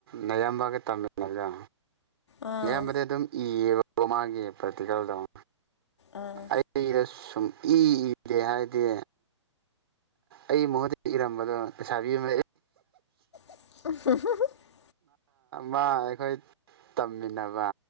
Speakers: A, on the right (about 50°); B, on the left (about 65°).
A: ꯅꯌꯥꯝꯕꯒ ꯇꯝꯃꯤꯂꯒ
B: ꯑꯥ
A: ꯑꯌꯥꯝꯕꯗꯤ ꯑꯗꯨꯝ ꯏꯌꯦꯕꯀꯣ ꯃꯥꯒꯤ ꯄ꯭ꯔꯇꯤꯀꯜꯗꯧ
B: ꯑꯥ
A: ꯑꯩꯗ ꯁꯨꯝ ꯏ ꯏꯗꯦ ꯍꯥꯏꯗꯤ ꯑꯩ ꯃꯍꯨꯠꯇ ꯏꯔꯝꯕꯗꯣ ꯄꯩꯁꯥ ꯄꯤꯕꯝ
B: <unintelligible> <inaudible>
A: ꯃꯥ ꯑꯩꯈꯣꯏ ꯇꯝꯃꯤꯟꯅꯕ